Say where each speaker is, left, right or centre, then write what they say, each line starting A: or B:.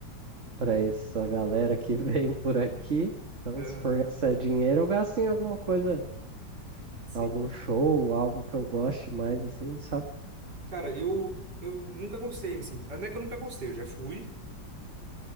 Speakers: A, on the right; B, on the right.
A: pra essa galera que <laughs> vem por aqui. Então,
B: Aham.
A: se for gastar dinheiro, eu gasto em alguma coisa,
B: Sim.
A: algum show, algo que eu goste mais, assim, sabe?
B: Cara, eu, eu nunca gostei, assim. ah, Não é que eu nunca gostei, eu já fui,